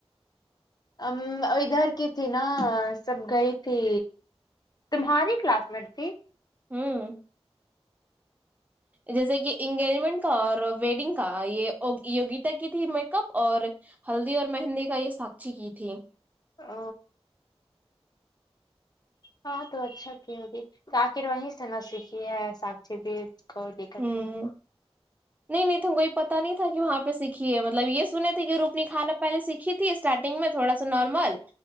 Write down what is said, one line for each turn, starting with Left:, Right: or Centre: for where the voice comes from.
Left: اب ادھر کی تھی نا سب گئی تھی تمہاری کلاس میٹ تھی
Right: ہمم جیسے کی انگیجمنٹ کا اور ویڈنگ کا یے یوگیتا کی تھی میک اپ اور ہلدی اور مہندی کا یم یے ساکچی کی تھی
Left: آ ہاں تو اچھا کی ہوگی تو آخر وہیں سے نہ سیکھی ہے ساکشی بھی کوئی دقت
Right: ہوں
Left: نہیں ہے
Right: نہیں نہیں تو وہی پتہ نہیں تھا کی وہاں پے سیکھی ہے مطلب یے سنے تھے کی روپنی خانا پہلے سے ہی تھی اسٹارٹنگ میں تھوڑا سا نارمل